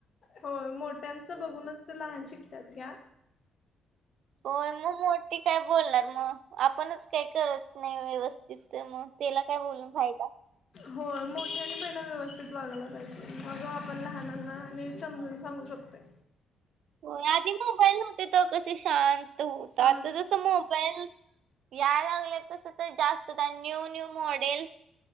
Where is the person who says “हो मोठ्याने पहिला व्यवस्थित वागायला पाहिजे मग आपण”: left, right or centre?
Left